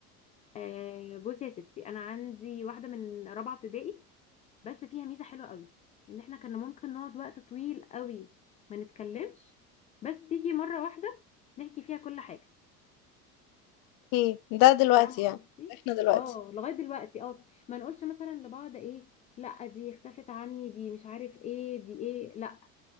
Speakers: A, on the left; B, on the left.
A: آه بصي يا ستي انا عندي واحده من رابعه ابتدائي بس فيها ميزه حلوه قوي ان احنا كنا ممكن نقعد وقت طويل قوي ما نتكلمش بس تيجي مره واحده نحكي فيها كل حاجه
B: ايه ده دلوقتي
A: فاهمه
B: يعني
A: قصدي
B: احنا دلوقتي
A: اه لغايه دلوقتي اه ما نقولش مثلا لبعض ايه لا دي اختفت عني دي مش عارف ايه دي ايه لا